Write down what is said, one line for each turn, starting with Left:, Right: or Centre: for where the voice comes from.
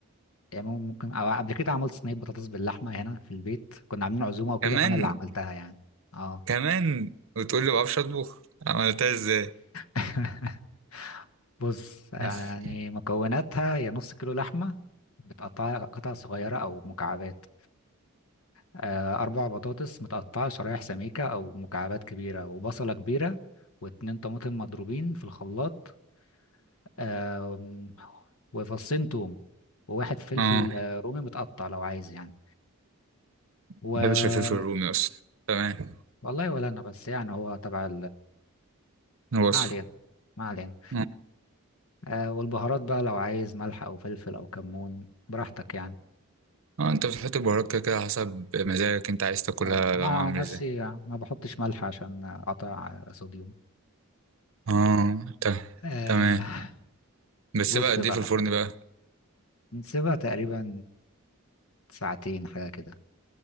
Left: يعني ممكن أو قبل كده عملت صينية بطاطس باللحمة هنا في البيت كنا عاملين عزومة وكده
Right: كمان
Left: فأنا اللي عملتها يعني اه
Right: كمان وتقول لي ما بعرفش اطبخ عملتها ازاي
Left: <laughs> بص يعني
Right: <laughs>
Left: مكوناتها يا نص كيلو لحمة بتقطعها قطع صغيرة أو مكعبات آه، أربع بطاطس متقطعة شرايح سميكة أو مكعبات كبيرة وبصلة كبيرة واتنين طماطم مضروبين في الخلاط آم، وفصين توم وواحد فلفل
Right: اه
Left: آه، رومي متقطع لو عايز يعني
Right: ما
Left: و
Right: بحبش الفلفل الرومي اصلا تمام
Left: والله ولا أنا بس يعني هو تبع
Right: وصفه
Left: ما علينا ما علينا
Right: اه
Left: آه والبهارات بقى لو عايز ملح او فلفل او كمون براحتك يعني
Right: آه، انت بتحط البهارات كده كده حسب مزاجك انت عايز تاكلها
Left: آه انا
Right: طعمها عامل
Left: عن نفسي
Right: ازاي
Left: ما بحطش ملح عشان اقطع صوديوم
Right: اه ت-
Left: آه
Right: تمام بس
Left: بص
Right: بقى قد
Left: بقى
Right: ايه في الفرن بقى
Left: نسيبها تقريبا ساعتين حاجة كده